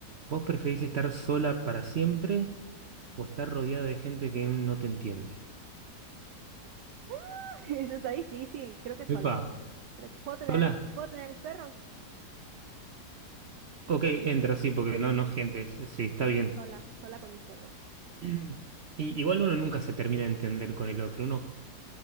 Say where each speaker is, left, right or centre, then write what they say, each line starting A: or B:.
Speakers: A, on the right; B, on the right.
A: ¿Vos preferís estar sola para siempre o estar rodeada de gente que no te entiende?
B: <laughs> Eso está difícil. Creo que sola.
A: Epa,
B: Creo que puedo tener
A: sola
B: a mis, puedo tener a mis perros
A: Ok, entra, sí, porque no, no, gente, es- sí, está bien.
B: sola, sola con mis perros.
A: <clears throat> Y, igual uno nunca se termina de entender con el otro, uno